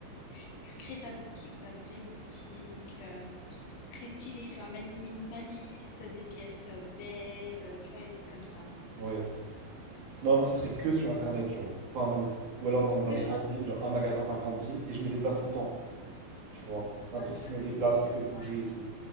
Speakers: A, on the left; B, on the right.
A: tu, tu crées ta boutique, ta vraie boutique, euh, très stylée, tu vois, min- minimaliste, des pièces euh, belles, euh, tu vois, les trucs comme ça.
B: Ouais. Non, moi ce
A: Donc,
B: serait que
A: euh,
B: sur internet, genre. Enfin, en mode- ou alors dans, dans
A: que
B: les
A: sur
B: grandes
A: un-
B: villes, genre un magasin par grande ville, et je me déplace tout le temps. Tu vois.
A: Ouais,
B: Un truc
A: je
B: où
A: vois
B: je
A: ce
B: me
A: que
B: déplace,
A: tu veux
B: où
A: dire.
B: je peux bouger
A: Ouais,
B: et tout.